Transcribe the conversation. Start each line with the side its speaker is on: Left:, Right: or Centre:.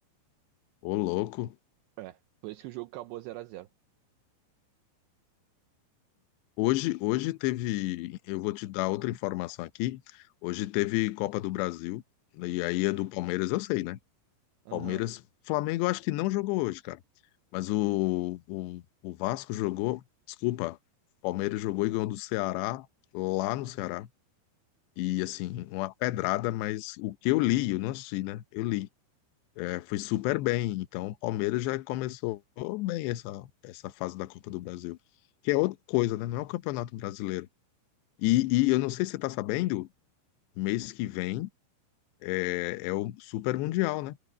Left: ô, louco.
Right: É, por isso que o jogo acabou zero a zero.
Left: Hoje, hoje teve. Eu vou te dar outra informação aqui. Hoje teve Copa do Brasil. né, E aí é do Palmeiras, eu sei, né?
Right: Aham.
Left: Palmeiras. Flamengo, eu acho que não jogou hoje, cara. Mas o, o, o Vasco jogou. Desculpa. Palmeiras jogou e ganhou do Ceará, lá no Ceará. E assim, uma pedrada, mas o que eu li, eu não assisti, né? Eu li. Foi super bem. Então, o Palmeiras já começou bem essa, essa fase da Copa do Brasil, que é outra coisa, né? Não é o Campeonato Brasileiro. E, e eu não sei se você está sabendo, mês que vem é, é o Super Mundial, né?